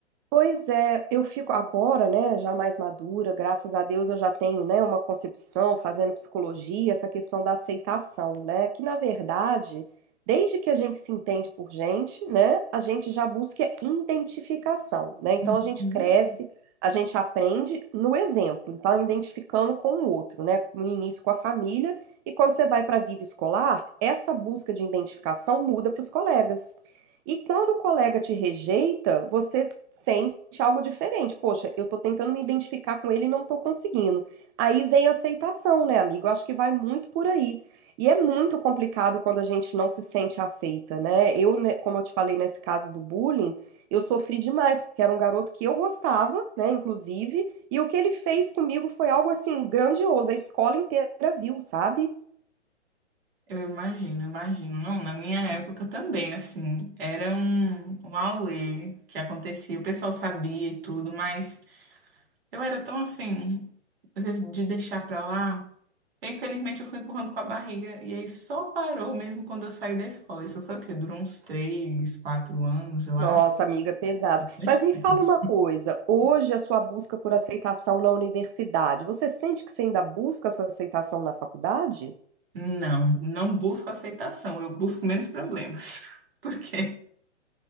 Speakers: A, on the right; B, on the right.
A: Pois é, eu fico agora, né, já mais madura, graças a Deus eu já tenho, né, uma concepção fazendo psicologia, essa questão da aceitação, né, que na verdade, desde que a gente se entende por gente, né, a gente já busca identificação, né? Então
B: Uhum.
A: a gente cresce, a gente aprende no exemplo, então identificando com o outro, né, no início com a família, e quando você vai para a vida escolar, essa busca de identificação muda para os colegas. E quando o colega te rejeita, você sente algo diferente. Poxa, eu tô tentando me identificar com ele e não tô conseguindo. Aí vem a aceitação, né, amigo? Eu acho que vai muito por aí. E é muito complicado quando a gente não se sente aceita, né? Eu, né, como eu te falei nesse caso do bullying, eu sofri demais, porque era um garoto que eu gostava, né, inclusive, e o que ele fez comigo foi algo assim grandioso. A escola inteira viu, sabe?
B: Eu imagino, eu imagino. Não, na minha época também, assim, era um, um auê que acontecia, o pessoal sabia e tudo, mas eu era tão assim, às vezes, de deixar pra lá. Eu, infelizmente, eu fui empurrando com a barriga, e aí só parou mesmo quando eu saí da escola. Isso foi o quê? Durou uns três, quatro anos, eu acho.
A: Nossa, amiga, é pesado.
B: Bastante
A: Mas me
B: tempo.
A: fala uma coisa, hoje a sua busca por aceitação na universidade, você sente que você ainda busca essa aceitação na faculdade?
B: Não, não busco aceitação, eu busco menos problemas. <laughs> Por quê?